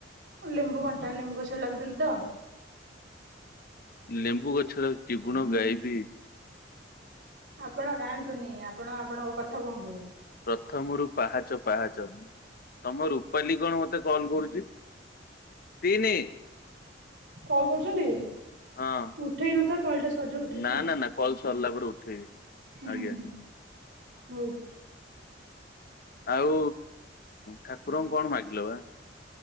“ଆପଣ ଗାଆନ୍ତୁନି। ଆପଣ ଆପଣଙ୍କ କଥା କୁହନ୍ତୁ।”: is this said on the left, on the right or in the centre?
Right